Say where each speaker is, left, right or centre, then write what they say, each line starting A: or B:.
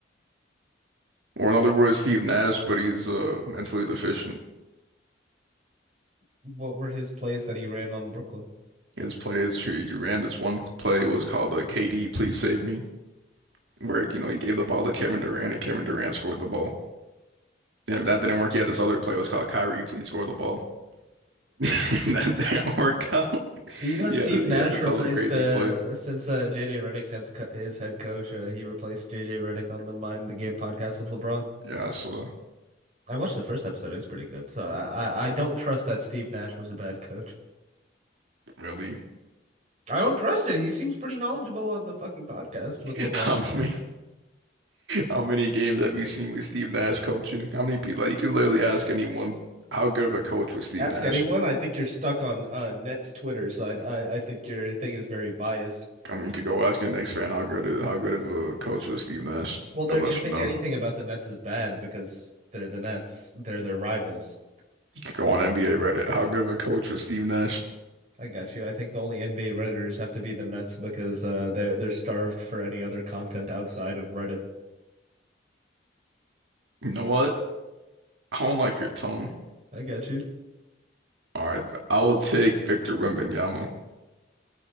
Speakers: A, on the right; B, on the right.
A: or in other words, Steve Nash, but he's uh mentally deficient.
B: <laughs> What were his plays that he ran on Brooklyn?
A: His plays, he he ran this one play was called the KD, please save me. where you know he gave the ball to Kevin Durant and Kevin Durant scored the ball. And if that didn't work, he had this other play. It was called Kyrie, please score the ball. <laughs> that didn't work out. <laughs>
B: You know,
A: He
B: Steve
A: had,
B: Nash
A: he had this
B: replaced
A: other crazy
B: uh
A: play.
B: since uh JJ Redick had his head coach, uh, he replaced JJ Redick on the Mind the Game podcast with LeBron.
A: Yeah, so
B: I watched the first episode; it was pretty good. So I, I I don't trust that Steve Nash was a bad coach.
A: really,
B: I don't trust it. He seems pretty knowledgeable on the fucking podcast with
A: <laughs>
B: LeBron.
A: how many how many games have you seen with Steve Nash coaching? How many people? Like you could literally ask anyone how good of a coach was Steve
B: Ask
A: Nash.
B: anyone. I think you're stuck on uh Nets Twitter, so I I, I think your thing is very biased.
A: I mean, you could go ask your Knicks fan how good of, how good of a coach was Steve Nash.
B: Well, they're
A: They'll let
B: gonna think
A: you know.
B: anything about the Nets is bad because they're the Nets. They're their rivals.
A: You could go on NBA Reddit. How good of a coach was Steve Nash?
B: I got you. I think the only NBA Redditors have to be the Nets because uh, they're they're starved for any other content outside of Reddit.
A: You know what? I don't like your tone.
B: I got you.
A: All right, I will take Victor Wembanyama